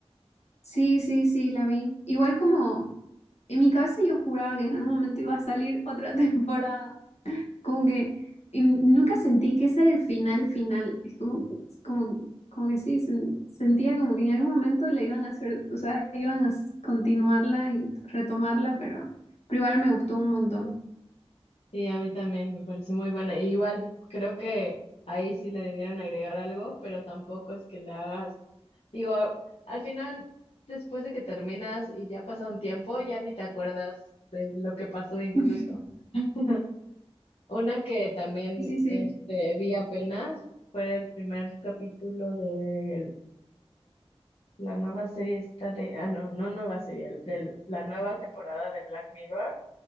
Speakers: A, on the left; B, on the left.
A: Sí, sí, sí, la vi. Igual como en mi cabeza yo juraba que en algún momento iba a salir otra <laughs> temporada. Como que en- nunca sentí que ese era el final final. Es como, es como, como que sí, sen- sentía como que en algún momento la iban a hacer, o sea, iban a s- continuarla y retomarla, pero, pero igual me gustó un montón.
B: Sí, a mí también me pareció muy buena. Y Igual, creo que ahí sí le debieron agregar algo, pero tampoco es que le hagas, digo, a- al final, después de que terminas y ya pasa un tiempo, ya ni te acuerdas de lo que pasó incluso.
A: <laughs>
B: <laughs> Una que también
A: Sí, sí, sí,
B: este, vi apenas fue el primer capítulo de la nueva serie esta de, ah, no, no nueva serie, de la nueva temporada de Black Mirror.